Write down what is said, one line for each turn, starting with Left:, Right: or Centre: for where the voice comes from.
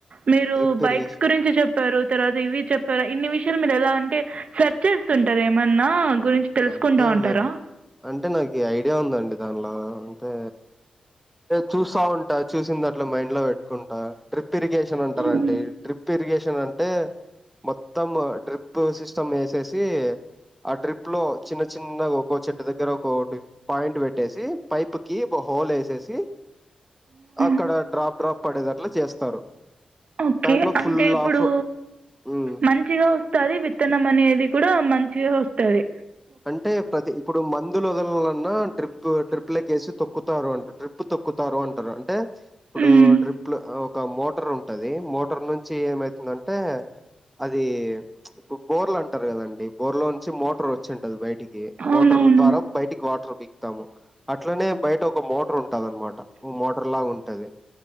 Right: మీరు
Centre: డ్రిప్
Right: బైక్స్
Centre: ఇరిగేషన్
Right: గురించి చెప్పారు తర్వాత ఇవి చెప్పారుా ఇన్ని విషయాలు మీరు ఎలా అంటే సెర్చ్ చేస్తుంటారు ఏమన్నా గురించి తెలుసుకుంటా
Centre: అంటే
Right: ఉంటారా
Centre: నాకు అంటే నాకు ఐడియా ఉందండి దానిలో అంటే చూస్తా ఉంటా చూసి దాంట్లో మైండ్ లో పెట్టుకుంటా ట్రిప్ ఇరిగేషన్ ఉంటార
Right: హ్మ్.
Centre: అంటడి డ్రిప్ ఇరిగేషన్ అంట అంటే మొత్తం డ్రిప్ సిస్ ం వేసేసి ఆ డ్రిప్ లో చిన్న చిన్న ఒక చెట్టు దగ్గర ఒక పాయింట్ పెట్టేసి పైప్ కి హోల్ వేసేసి కీ అక్కడ
Right: ఆ.
Centre: డ్రాప్ డ్రాప్ పడేద అట్లా చేస్తారు
Right: ఓకే
Centre: దాంట్లో
Right: అంటే
Centre: ఫుల్
Right: ఇప్పుడు
Centre: ఆఫ్ ఉమ్
Right: మంచిగా వస్తంది విత్ త్తనం అనేది కూడా మంచిగా వస్తుంది
Centre: అంటే ప్రతి ఇప్పుడు మందులు నా ట్రిప్ ట్రిప్లేసి తక్కు తారు అంటారు ట్రిప్పు తొక్కుతారు అంటారు అంటే ఇప్పుడు
Right: హ్మ్.
Centre: డ్రిప్లు ఒక మోటర్ ఉంటది మోటర్ నుంచి ఏమైతుందంటే అది బోర్లు అంటారు కదండి బోర్ లో నుంచి మోటర్ వ వచ్చంటల్ బయట
Right: అవునవును.
Centre: మోటర్ ద్వారా బయటికి వాటర్ బి ాము అట్లనే బయట ఒక మోటర్ ఉంటు ఉంటద అనమాట మోటర్ లాగా ఉంటది